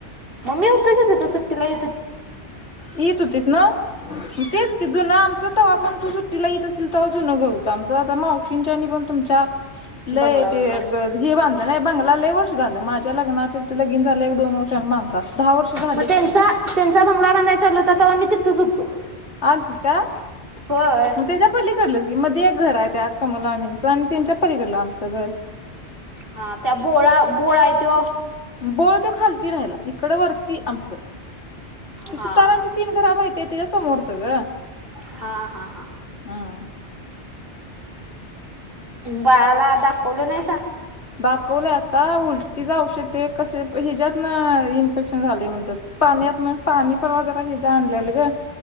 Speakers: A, on the right; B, on the left.
A: मी होतो की तिथे सुट्टीला <inaudible>
B: येत होतीस नव तेच की जुना आमचं तवा पण तू सुट्टीला येत असेल तव जुनं घर होत, आमचं आता मावशींच्या आणि पण तुमच्या लय
A: बंगला बांधला
B: ते हे बांधल नाय बंगला लय वर्ष झाले माझ्या लग्नाचे लगीन झाले एक दोन वर्ष आणि बांधला दहा वर्ष झालीच
A: मग त्यांचा
B: की
A: त्यांचा बंगला बांधाय बांधाय चालू होता तेव्हा मी तिथेच होतो.
B: अलतीस काय
A: होय
B: मग तेच्या पलीकडलं मध्ये एक घर आहे त्या कमल मामींचं आणि त्यांच्या पलीकडलं आमचं घर.
A: हा त्या बोळा बोळा आहेय त्यो
B: बोळ तो खालती राहिला इकडं वरती आमचं.
A: हा
B: सुतारांची तीन घरा माहिती ती समोरच ग
A: हा हा हा
B: हा
A: बाळाला दाखवले नाहीसा.
B: दाखवलं आता उलटीच औषध ते कसे हिच्यात न इन्फेक्शन झालय म्हणतात, पाण्यात न पाणी परवा जरा हिच आणलेल ग,